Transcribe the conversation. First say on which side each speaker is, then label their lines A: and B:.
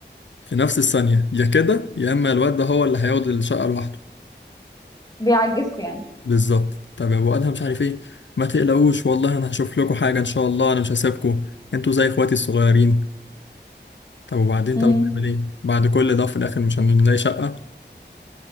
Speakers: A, on the left; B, on the left.
A: في نفس الثانية يا كده يا اما الواد ده هو اللي هياخد الشقة لوحده
B: بيعجزكوا يعني
A: بالظبط طب يا ابو ادهم مش عارف ايه ما تقلقوش والله انا هشوف لكم حاجة ان شاء الله انا مش هسيبكم انتوا زي اخواتي الصغيرين طب وبعدين
B: امم
A: طب هنعمل ايه بعد كل ده في الاخر مش هنلاقي شقة